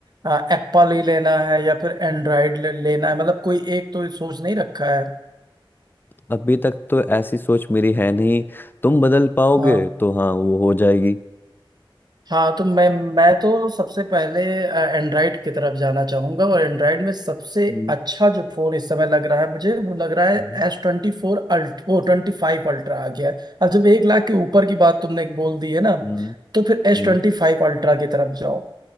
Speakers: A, on the right; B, on the left.
A: एप्पल ही लेना है या फिर एंड्रॉयड ले, लेना है मतलब कोई एक तो सोच नहीं रखा है
B: अभी तक तो ऐसी सोच मेरी है नहीं तुम बदल पाओगे
A: हाँ,
B: तो हाँ वो हो जाएगी
A: हाँ तो मैं मैं तो सबसे पहले एंड्रॉयड की तरफ जाना चाहूंगा और एंड्रॉयड में सबसे
B: हम्म
A: अच्छा जो फोन इस समय लग रहा है मुझे वो लग रहा है
B: हम्म
A: एस ट्वेंटी फोर अल्ट वो ट्वेंटी फाइव अल्ट्रा आ गया है अब जब एक लाख के ऊपर की बात तुमने बोल दी है ना
B: हम्म,
A: तो फिर एस
B: हम्म।
A: ट्वेंटी फाइव अल्ट्रा की तरफ जाओ